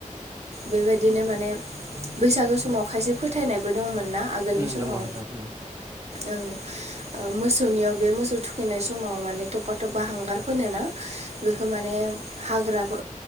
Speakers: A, on the right; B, on the right.
A: बेबायदिनो माने बैसागो समाव खायसे फोथायनायबो दंमोन ना आगोलनि
B: उम
A: समाव
B: दङ नोंथां उम
A: ओं मोसौनियाव बे मोसौ थुखैनाय समाव माने तपा तपा हांगार फोनोना
B: उम
A: बेखौ माने हाग्राफो